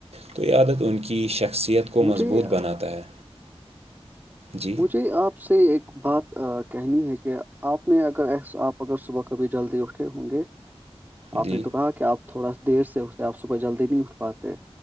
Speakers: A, on the right (about 70°); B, on the right (about 15°).
A: تو یہ عادت ان کی شخصیت کو
B: مجھے
A: مضبوط بناتا ہے جی
B: مجھے آپ سے ایک بات کہنی ہے کہ آپ نے اگر ایس آپ اگر صبح کبھی جلدی اٹھے ہوں گے آپ
A: جی
B: نے تو کہا کہ آپ تھوڑا سا دیر سےے آپ صبح جلدی نہیں اٹھ پاتے